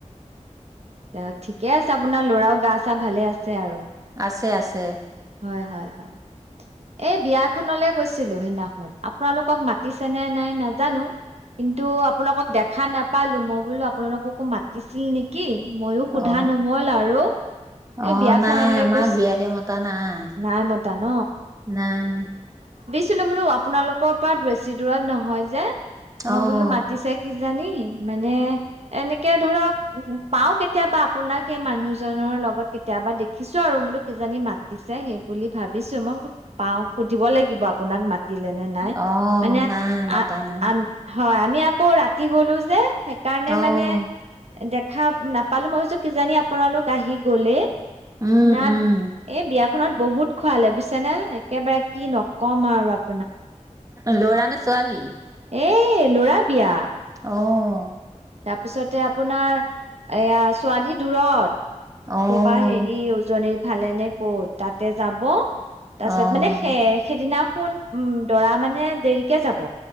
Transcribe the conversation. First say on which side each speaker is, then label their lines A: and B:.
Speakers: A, on the right; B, on the right.
A: অ' ঠিকে আছে আপোনাৰ ল'ৰাও গা চা ভালে আছ <unintelligible> আৰু
B: আছে আছে
A: হয় হয় হয়। এই বিয়াখনলে গৈছিলোঁ সেইদিনাখন, আপোনালোকক মাতিছে নে নাই নাজানো। কিন্তু আপোনালোকক দেখা নাপ পালো, মই বোলো আপোনালোককো মাতিছিল নেকি? ময়ো
B: অ
A: সোধা
B: অ
A: নহ'ল আৰু, এই
B: অ
A: বিয়াখনলৈ
B: নাই আমাক
A: গৈছ,
B: বিয়ালে মতা নাই
A: নাই মতা ন'?
B: নাই।
A: ছিলো মানো আপোনালোকৰ পৰা বেছি দূৰত নহয় যে। মই
B: অ
A: বোলো মাতিচে কি কিজানি মানে এনেকে ধৰক উ, পাওঁ কেতিয়াবা আপোনাক সেই মানুহজনৰ লগত, কেতিয়াবা দেখিছোঁ আৰু বোলো কিজানি মাতিছে সেই বুলি ভাবিছোঁ মই সুধ পাওঁ সুধিব লাগিব আপোনাক মাত দিলে নে নাই,
B: অ'
A: মানে
B: নাই মতা
A: আ-আন
B: নাই
A: হৈ আমি আকৌ ৰাতি গ'লো যে। সেইকাৰণে
B: অ'
A: মানে দেখা নাপালো মই ভাবিছোঁ কিজানি আপোনালোক আহি গ'লেই।
B: উম,
A: না,
B: উম।
A: এই বিয়াখনত বহুত খোৱালে বুজিছ তেনে একেবাৰে কি নকম আৰু আপ
B: ল'ৰা নে ছোৱালী?
A: এই ল'ৰা বিয়া।
B: অ'।
A: তাৰপিছতে আপোনাৰ এইয়া ছোৱালী দূৰত।
B: অ',
A: কৰপা হেৰি উজনী ভালে নে ক'ত তাতে যাব। তাৰপিছত
B: অ',
A: মানে সে-সেইদিনা সোণ উম, দৰা মানে দেৰিকে যাব।